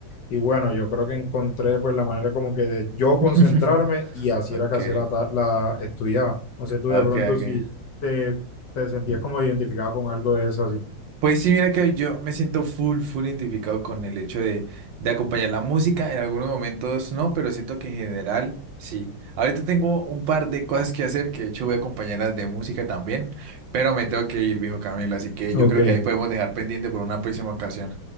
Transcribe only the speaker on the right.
<laughs>
Ok,
ok,
ok.
Pues sí, mira que yo me siento full, full identificado con el hecho de, de acompañar la música. En algunos momentos no, pero siento que en general sí. Ahorita tengo un par de cosas que hacer, que de hecho voy a acompañarlas de música también, pero me tengo que ir, viejo Camilo, así que
yo creo que ahí podemos dejar pendiente por una próxima ocasión.